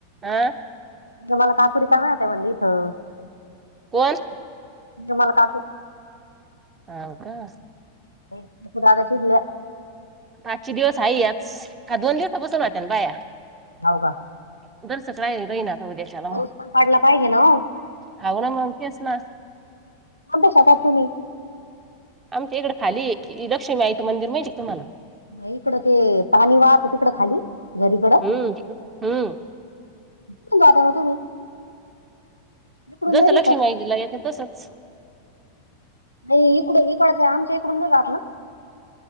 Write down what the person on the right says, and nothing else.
आ
कोण?
हाव का?
आजच्या दिवस हाये याच... काल दोन दिवसांपासून होत्या ना बाया
<unintelligible> राहील आता राहीन उद्याच्याला मग
हाऊ ना.. मग. तेच ना
आमच्या इकडं खाली ए... लक्ष्मीआईचं मंदिर माहितीये का तुम्हाला?
हम्म हम्म
जसं
लक्ष्मी
आईच्याला येतात तसंच